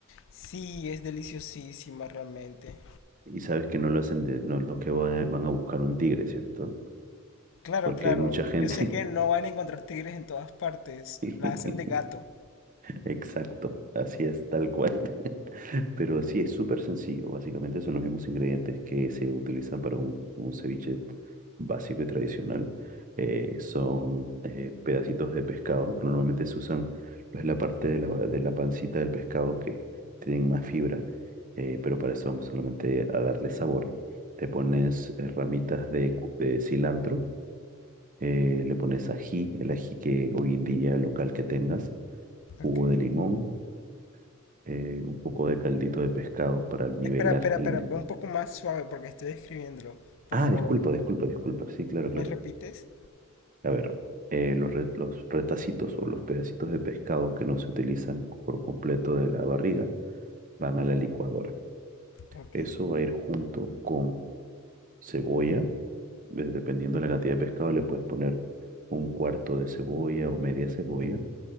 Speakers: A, on the left; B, on the right.
A: Sí, es deliciosísima realmente.
B: y sabes que no lo hacen de, no, no que van a, van a buscar un tigre, ¿cierto?
A: Claro,
B: Porque
A: claro,
B: hay mucha gente.
A: yo sé que no van a encontrar tigres en todas partes,
B: <laughs>
A: la hacen de gato.
B: Exacto, así es, tal cual. Pero sí, es súper sencillo. Básicamente son los mismos ingredientes que se utilizan para un, un ceviche básico y tradicional. Eh, son eh, pedacitos de pescado que normalmente se usan pues, la parte de la, de la pancita del pescado que tienen más fibra, eh, pero para eso vamos solamente a darle sabor. Te pones eh, ramitas de, cu- de cilantro, eh, le pones ají, el ají que hoy en día local que tengas,
A: Ok.
B: jugo de limón eh, un poco de caldito de pescado para nivelar
A: Espera, espera,
B: el...
A: espera, ve un poco más suave porque estoy escribiéndolo, por
B: Ah,
A: favor.
B: disculpa, disculpa, disculpa. Sí, claro, claro.
A: ¿Me repites?
B: A ver, eh, los, re- los retacitos o los pedacitos de pescado que no se utilizan por completo de la barriga van a la licuadora.
A: Ok,
B: Eso va a ir junto con cebolla. de- Dependiendo de la cantidad de pescado, le puedes poner un cuarto de cebolla o media cebolla,